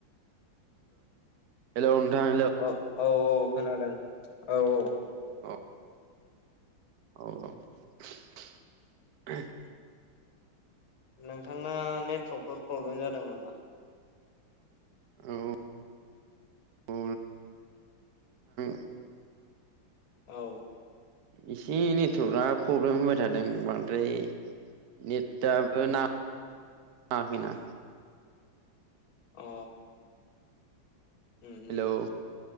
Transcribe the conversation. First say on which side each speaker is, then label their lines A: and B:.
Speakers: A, on the right (about 60°); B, on the left (about 80°).
A: हेलौ नोंथां हेलौ
B: औ औ औ खोनादों औ औ
A: अ औ
B: नोंथाना नेटवर्कफोर प्रब्लेम जादों नामा
A: औ औ <unintelligible>
B: औ
A: एसे नेटवारर्कआ प्रब्लेम होबाय थादों बांद्राय नेथाबो ना ङाखैना
B: अ उम उम
A: हेलौ